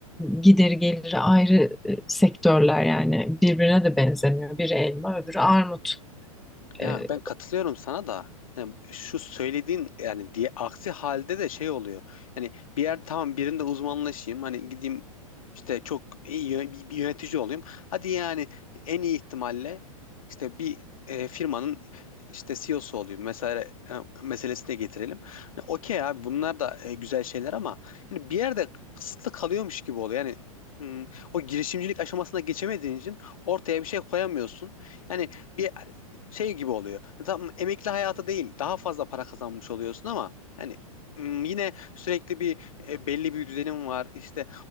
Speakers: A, in the centre; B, on the left.
A: gideri geliri ayrı e, sektörler yani birbirine de benzemiyor. Biri elma, öbürü armut.
B: Ya
A: Eee,
B: ben katılıyorum sana da yani şu söylediğin yani diye aksi halde de şey oluyor. Yani bir yer tamam birinde uzmanlaşayım hani gideyim işte çok iyi yö- bir bir yönetici olayım. Hadi yani en iyi ihtimalle işte bir e, firmanın işte CEO'su olayım mesela e, meselesine getirelim. Hani okey abi bunlar da e, güzel şeyler ama yani bir yerde kısıtlı kalıyormuş gibi oluyor. Yani hmm, o girişimcilik aşamasına geçemediğin için ortaya bir şey koyamıyorsun. Yani bir şey gibi oluyor. Tam emekli hayatı değil, daha fazla para kazanmış oluyorsun ama yani mm, yine sürekli bir e, belli bir düzenim var. İşte